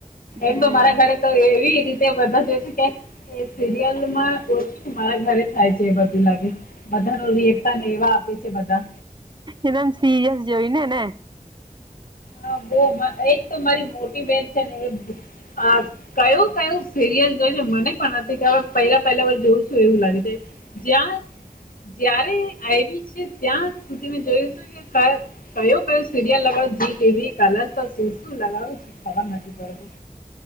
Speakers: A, on the right; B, on the left.
A: હમ
B: એમ તો મારા ઘરે. તો એવી રીતે બધા જોય છે. એ સિરિયલમાં ઓછું મારા ઘરે થાય છે એ બધું લાગે. બધાનું રિએકસન એવા આપે છે બધા.
A: એકદમ સિરિયસ જોઈને ને.
B: હા વો એક તો મારી મોટી બેહેન છે ને એ. આ કયું કયું સિરિયલ જોયને મને પણ નથી ખબર કે. પહેલા પહેલા વાર જોઉં છું એવું લાગે જ્યાં. જયારે આઈવી છે ત્યાં સુધી મે જૉયુંતુ કે કયો કયો સિરિયલ. લગાવ જ ટવી કલર તો શું શું લગાવું છ ખબર નથી પડત.